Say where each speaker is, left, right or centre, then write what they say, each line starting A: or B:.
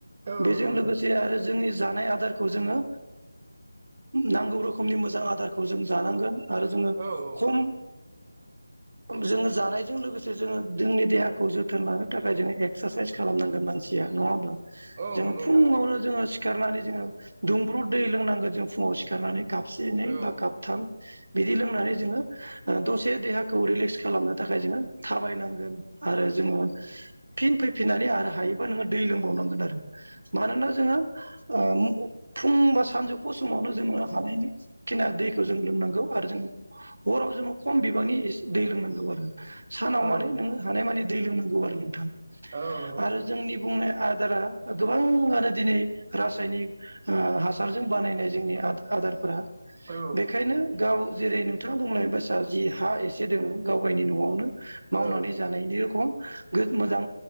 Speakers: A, on the right; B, on the right.
A: औ
B: बेजों
A: नंगौ नोंथां
B: लोगोसे आरो जोंनि जानाय आदारखौ खौ जोङो नांगौ रोखोमनि मोजां आदारखौ जों जानांगोन आरो जोङो
A: औ औ
B: खम जोङो जानायजों लोगोसे जोङो जोंनि देहाखौ जोथोन लानो थाखाय जोङो एक्सारसाइस खालामनांगोन मानसिया नङा होमब्ला
A: औ
B: जोङो
A: नंगौ
B: फुङावनो
A: नोंथां
B: जोङो सिखारनानै जोङो दुंब्रुद दै लोंनांगोन जों फुङाव सिखारनानै कापसे एनै
A: औ
B: बा काबथाम बिदि लोंनानै जोङो दसे देहाखौ रिलेक्स खालामनो थाखाय जोङो थाबायनांगोन आरो जोङो फिन फैफिननानै आरो हायोबा नोङो दै लोंबावनांगोन आरो मानोना जोङो ओ फुं बा सानजौफु समावनो जोङो हानायनि खिना दैखौ जों लोंनांगौ। आरो जों हराव जोङो खम बिबांनि दै लोंनांगौ आरो सानाव
A: औ
B: माने
A: औ
B: नोङो हानाय मानि दै लोंनांगौ आरो नोंथां
A: औ नंगौ नोंथां।
B: आरो जोंनि बुंनाय दा गोबाङानो दिनै रासायनिक ओ हासारजों बानायनाय जोंनि आदा-आदारफोरा
A: औ
B: बेखायनो गाव जेरै नोंथाङा बुंलानाय बायसा जि हा एसे से दोङो गाव गायनि न'आवनो मावनानै
A: औ
B: जानायनि रखम मोजां